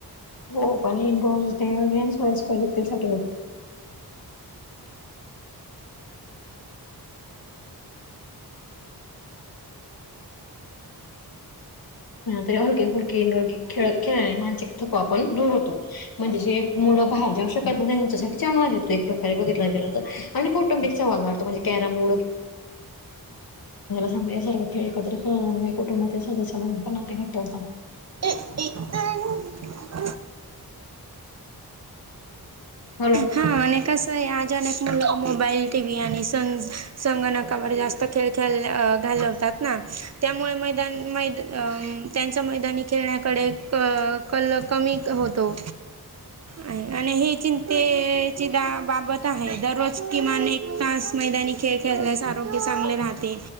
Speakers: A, on the left; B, on the right.
A: हो पण इंडोअर गेम व व्यक्तीसाठी <unintelligible> <unintelligible> <unintelligible> री हलके फुलके इंडोर खेळ खेळल्याने मानसिक थकवा पण दूर होतो. म्हणजे जे मुलं बाहेर जाऊ शकत नाही. त्यांच्यासाठी चांगलंच आहे एकप्रकारे बघितलं गेलं तर. आणि कौटुंबिक सहवास वाढतो म्हणजे कॅरम <unintelligible> सारखं खेळ एकत्र खेळल्यामुळे कुटुंबातील सदस्य म्हणून पण <unintelligible>
B: <unintelligible>
A: हॅलो
B: हा आणि कस - <unintelligible> मुलं मोबाईल, टी व्ही आणि सं संगणकावर जास्त खेळ खेळ घालवतात. त्यामुळे मैदान अ त्यांचा मैदानी - खेळण्याकडे क कल कमी होतो. आहे. आणि ही चिंतेची द बाबच आहे. दररोज किमान एक तास- मैदानी खेळ खेळल्यास आरोग्य चांगले राहते.